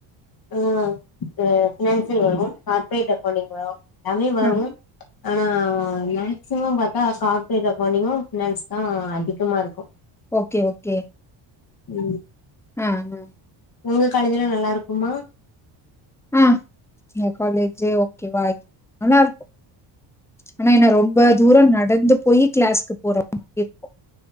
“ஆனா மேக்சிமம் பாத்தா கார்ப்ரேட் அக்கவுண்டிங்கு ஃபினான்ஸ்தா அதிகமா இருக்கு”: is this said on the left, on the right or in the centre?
Left